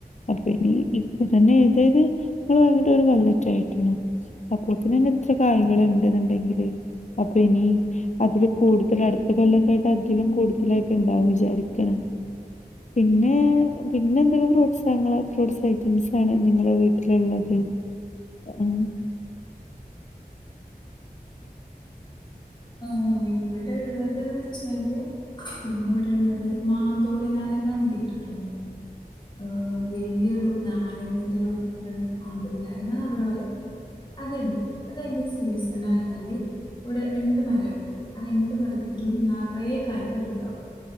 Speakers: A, on the left; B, on the left.
A: അപ്പിനി ഇപ്പ തന്നെ തായത് നമ്മള് വന്നിട്ട് ഒരു കൊല്ലൊക്കെ ആയിട്ടുള്ളു അപ്പോ തന്നെ എത്ര കായങ്ങൾ ണ്ടൂന്ന്ണ്ടെങ്കില് അപ്പൊ ഇനി അതില് കൂടുതൽ അടുത്ത കൊല്ലക്കായിട്ട് അതിലും കൂടുതലായിട്ട് ഉണ്ടാകും വിചാരിക്ക്ണ് പിന്നെ പിന്നെന്തൊക്കെ ഫ്രൂട്ടസങ്ങള് ഫ്രൂട്ടസ് ഐറ്റംസ് ആണ് നിങ്ങളെ വീട്ടിലുള്ളത് ഉം
B: ഓ ഇവിട്ള്ളതന്ന് വെച്ചാല് പിന്നെ ഇവിടെള്ളത് മാന്തോളി നാരങ്ങന്ന് കേട്ടിട്ടുണ്ടോ ഹ് വെല്യോരു നാരങ്ങന്റെ രൂപത്തിലുള്ള മാന്തോളി നാരങ്ങാന്നാ ഇവടെ പറയാം അത്ണ്ട് അത് അയിന്റെ സീസണായാല് ഇവിടെ രണ്ട് മരാള്ളത് ആ രണ്ട് മരത്തിലും നറയെ കായ്കളുണ്ടാവും